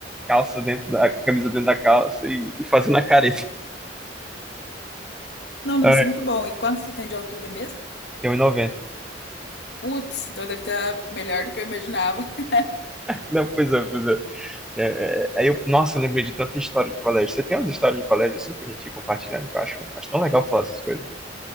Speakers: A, in the centre; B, on the left.
A: calça dentro da. camisa dentro da calça e, e fazendo a careta. <laughs>
B: Não, deve
A: É,
B: ser muito bom. E quanto você tem de altura mesmo?
A: tem 1,90.
B: Putz, então deve estar melhor do que eu imaginava. <laughs>
A: Não, pois é, pois é. É, é, Aí eu, nossa, eu lembrei de tanta história de colégio. Você tem umas histórias de colégio assim pra gente ir compartilhando, que eu acho, acho tão legal falar essas coisas.